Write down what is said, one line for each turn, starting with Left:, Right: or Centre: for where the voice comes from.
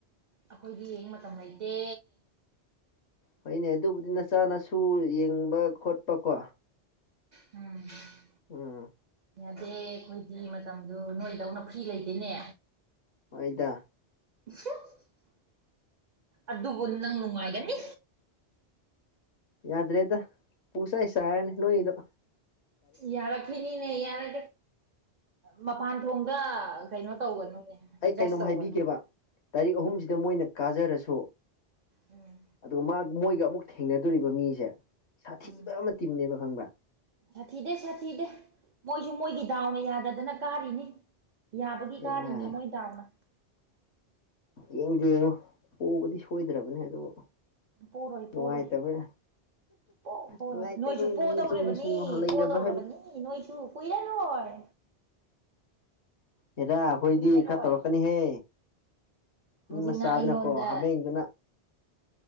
Right: ꯑꯩꯈꯣꯏꯗꯤ ꯌꯦꯡ ꯃꯇꯝ ꯂꯩꯇꯦ
Left: ꯍꯣꯏꯅꯦ ꯑꯗꯨꯕꯨꯗꯤ ꯅꯆꯥꯅꯁꯨ ꯌꯦꯡꯕ ꯈꯣꯠꯄꯀꯣ
Right: ꯎꯝ
Left: ꯎꯝ
Right: ꯌꯥꯗꯦ ꯑꯩꯈꯣꯏꯗꯤ ꯃꯇꯝꯗꯨ ꯅꯣꯏꯗꯧꯅ ꯐ꯭ꯔꯤ ꯂꯩꯇꯦꯅꯦ
Left: ꯑꯣꯏꯣꯏꯗ
Right: <unintelligible> ꯑꯗꯨꯕꯨ ꯅꯪ ꯅꯨꯡꯉꯥꯏꯒꯅꯤ
Left: ꯌꯥꯗ꯭ꯔꯦꯗ ꯄꯨꯁ ꯍꯥꯏ ꯁꯥꯔꯅꯤ ꯅꯣꯏꯗꯣ
Right: ꯌꯥꯔꯛꯈꯤꯅꯤꯅꯦ ꯌꯥꯔꯦ ꯃꯄꯥꯟ ꯊꯣꯡꯗ ꯀꯩꯅꯣ ꯇꯧꯒꯅꯨꯅꯦ
Left: ꯑꯩ
Right: ꯖꯁ
Left: ꯀꯩꯅꯣꯝ
Right: ꯇꯧꯒꯅꯨꯅꯦ
Left: ꯍꯥꯏꯕꯤꯒꯦꯕ ꯇꯥꯔꯤꯛ ꯑꯍꯨꯝꯁꯤꯗ ꯃꯣꯏꯅ ꯀꯥꯖꯔꯁꯨ
Right: ꯎꯝ
Left: ꯑꯗꯨꯒ ꯃꯣꯏꯒ ꯑꯃꯨꯛ ꯊꯦꯡꯅꯗꯣꯔꯤꯕ ꯃꯤꯁꯦ ꯁꯥꯊꯤꯕ
Right: ꯎꯝ
Left: ꯑꯃ ꯇꯤꯝꯅꯦꯕ ꯈꯪꯕ꯭ꯔꯥ
Right: ꯁꯥꯊꯤꯗꯦ ꯁꯥꯊꯤꯗꯦ ꯃꯣꯏꯁꯨ ꯃꯣꯏꯒꯤ ꯗꯥꯎꯅ ꯌꯥꯗꯗꯅ ꯀꯥꯔꯤꯅꯤ ꯌꯥꯕꯒꯤ
Left: ꯍꯦꯔꯥ
Right: ꯀꯥꯔꯤꯅꯤ ꯃꯣꯏ ꯗꯥꯎꯅ
Left: ꯌꯦꯡꯗꯤ ꯌꯦꯡꯉꯣ ꯄꯨꯕꯗꯤ ꯁꯣꯏꯗ꯭ꯔꯕꯅꯦ ꯑꯗꯨꯕꯨ
Right: ꯄꯔꯣꯏ
Left: ꯅꯨꯡꯉꯥꯏꯇꯕ
Right: ꯄꯔꯣꯏ ꯄꯣꯛ ꯄꯣꯔꯣꯏ
Left: ꯅꯨꯡꯉꯥꯏꯇꯕꯩ
Right: ꯅꯣꯏꯁꯨ
Left: ꯅꯣꯡ
Right: ꯄꯣ ꯇꯧꯔꯤꯕꯅꯤ
Left: ꯆꯨꯝ ꯁꯨꯝ ꯂꯩꯔꯕ
Right: ꯄꯣ ꯇꯧꯔꯕꯅꯤ ꯅꯣꯏꯁꯨ ꯀꯨꯏꯔꯔꯣꯏ
Left: ꯑꯦꯗꯈꯣꯏꯗꯤ
Right: ꯀꯨꯏꯔꯔꯣꯏ
Left: ꯏ ꯈꯔ ꯇꯔꯛꯀꯥꯅꯤ ꯍꯦ
Right: ꯍꯧꯖꯤꯛꯅ
Left: ꯃꯤ ꯃꯆꯥꯗꯅꯀꯣ
Right: ꯑꯩꯉꯣꯟꯗ
Left: ꯍꯥꯕꯦꯡꯗꯨꯅ